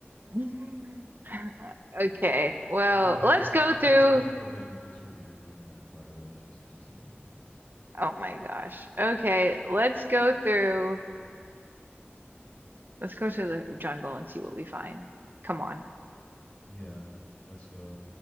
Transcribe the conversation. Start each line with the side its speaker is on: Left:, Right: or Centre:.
Right: <laughs> Okay, well,
Left: I'm the biggest.
Right: let's go
Left: I'm
Right: through.
Left: the biggest fur baby distributor in North America, by the way. Just just to let you know.
Right: Oh my gosh. Okay, let's go through. Let's go to the jungle and see what we find. Come on.
Left: Yeah, let's go.